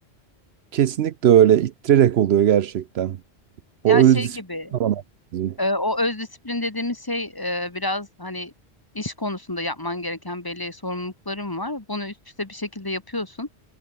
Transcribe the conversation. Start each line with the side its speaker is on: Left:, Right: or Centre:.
Right: kesinlikle öyle ittirerek oluyor gerçekten. O
Left: Ya şey
Right: öz disiplin
Left: gibi,
Right: alamak lazım.
Left: e, o öz disiplin dediğimiz şey e, biraz hani iş konusunda yapman gereken belli sorumlulukların var. Bunu üst üste bir şekilde yapıyorsun.